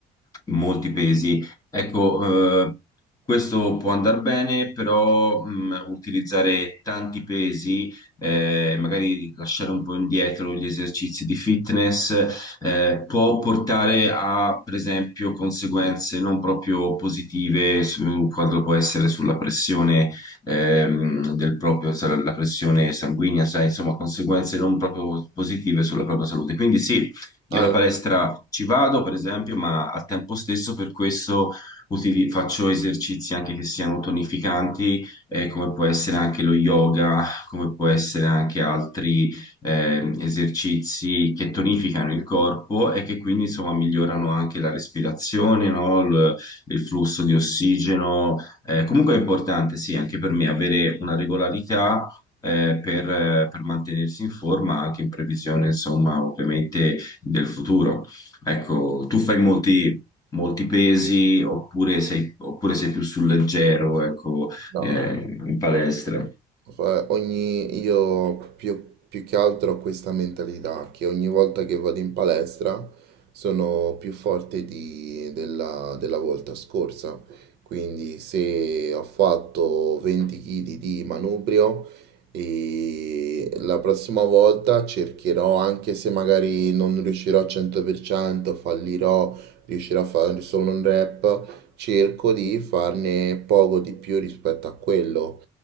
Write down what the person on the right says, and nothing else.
Allora,
no,
Cioè, ogni, io più, più che altro ho questa mentalità che ogni volta che vado in palestra sono più forte di- della, della volta scorsa. Quindi se ho fatto 20 kg di manubrio, e la prossima volta cercherò, anche se magari non riuscirò al 100%, fallirò, riuscirò a fare solo un rep, cerco di farne poco di più rispetto a quello